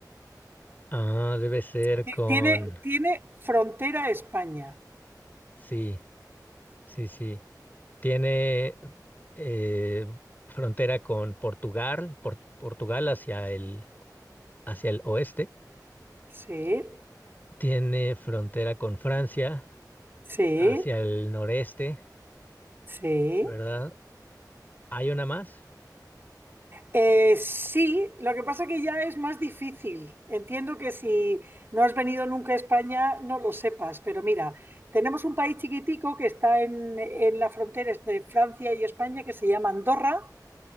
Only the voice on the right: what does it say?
Es decir,
Tiene, tiene frontera a España.
Sí,
sí,
sí.
Eh, sí, lo que pasa que ya es más difícil. Entiendo que si no has venido nunca a España, no lo sepas, pero mira, tenemos un país chiquitico que está en, en la frontera entre Francia y España que se llama Andorra